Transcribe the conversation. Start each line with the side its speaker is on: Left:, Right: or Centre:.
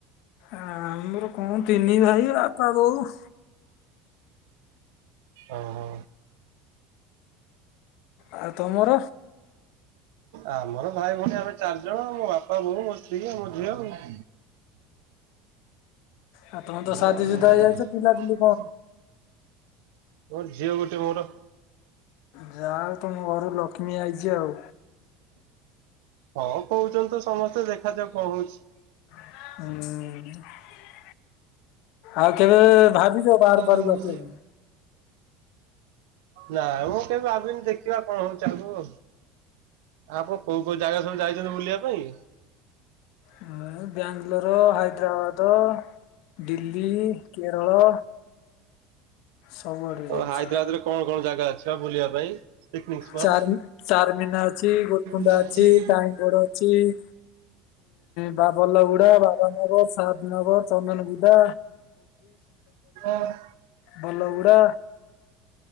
Left: ଆ ଆମର କଣ ତିନି ଭାଇ ବାପା ବୋଉ।
Right: ଓ ହ।
Left: ଆଉ ତମର?
Right: ଆମର ଭାଇ ଭୋଉଣୀ ଆମେ ଚାରିଜଣ ମୋ ବାପା ବୋଉ ଅ ତିକ ମୋ ଝିଅ ଆଉ।
Left: ଆଉ
Right: ବୁଢ଼ା
Left: ତମେ ତ ସାଦିସୁଦା
Right: <unintelligible> ବୁଢ଼ା ହେଲେ
Left: ହେଇଯାଇଛ
Right: କଣ?
Left: ପିଲାପିଲି
Right: ମୋର ଝିଅ ଗୋଟେ ମୋର।
Left: ଯା ହଉ ତମ ଘରୁ ଲକ୍ଷ୍ମୀ ଆଇଚି ଆଉ।
Right: ହଁ କୋହୁଚନ୍ତି ତ ସମସ୍ତେ ଦେଖାଯାଉ କଁ ହଉଚି?
Left: ଉଁ ଆଉ କେବେ ଭାବିଚ ବାହାର ଫାରକୁ
Right: ହଉଛି।
Left: ଆସିବା ପାଇଁ?
Right: ନା ମୁଁ କେବେ ଭାବିନି ଦେଖିବା କଣ ହଉଛି ଆୁ ଆ ଆପଣ କୋଉ କୋଉ ଜାଗା ସବୁ ଯାଇଚନ୍ତି ବୁଲିବା ପାଇଁ?
Left: ଆ ବ୍ୟାଙ୍ଗଲର, ହାଇଦ୍ରାବାଦ ଦିଲ୍ଲୀ, କେରଳ, ସବୁଆଡ଼େ
Right: ଓ ହାଇଦ୍ରାବାଦରେ
Left: ଯାଇଚି।
Right: କଣ କଣ ଜାଗା ଅଛି ବା ବୁଲିବା ପାଇଁ ପିକନିକ୍ ସ୍ପଟ୍?
Left: ଚାର ଚାରମିନା ଅଛି, ଗୋଲକୁଣ୍ଡା
Right: ମିଳୁଚି
Left: ଅଛି, ଟାଇଁଗଡ ଅଛି। ବା ବଲଗୁଡା ବାବାନଗର ସାଦନଗର ଚନ୍ଦନଗୁଦା
Right: <unintelligible> <unintelligible>
Left: ଭଲଉଡ଼ା।